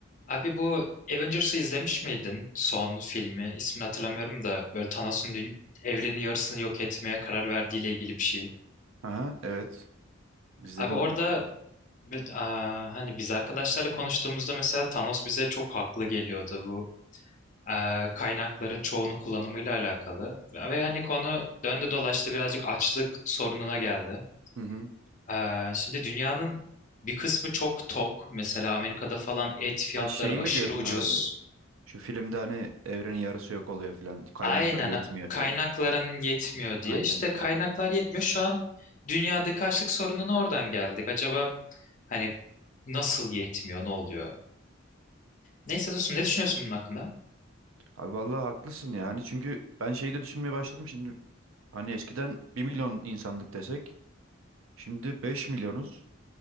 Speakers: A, on the left; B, on the right.
A: Abi bu Avengers'ı izlemiş miydin? Son filmi. İsmini hatırlamıyorum da böyle Thanos'un dün- evrenin yarısını yok etmeye karar verdiğiyle ilgili bir şey.
B: Aha, evet. İzledim
A: Abi orada
B: abi.
A: bi- aa, hani biz arkadaşlarla konuştuğumuzda mesela Thanos bize çok haklı geliyordu bu aa, kaynakların çoğunu kullanımıyla alakalı. Ve hani konu döndü dolaştı birazcık açlık sorununa geldi.
B: Hı hı.
A: Aa, şimdi dünyanın bir kısmı çok tok. Mesela Amerika'da falan et fiyatları
B: Ha şey
A: aşırı
B: mi diyorsun
A: ucuz.
B: abi? Şu filmde hani evrenin yarısı yok oluyor filan. Kaynaklar
A: Aynen
B: yetmiyor
A: a- kaynakların
B: filan.
A: yetmiyor
B: Aynen.
A: diye. İşte kaynaklar yetmiyor. Şu an dünyadaki açlık sorununa oradan geldik. Acaba hani nasıl yetmiyor, ne oluyor? Neyse dostum ne düşünüyorsun bunun hakkında?
B: Abi vallahi haklısın ya. Hani çünkü ben şeyi de düşünmeye başladım şimdi. Hani eskiden bir milyon insanlık desek. Şimdi 5 milyonuz.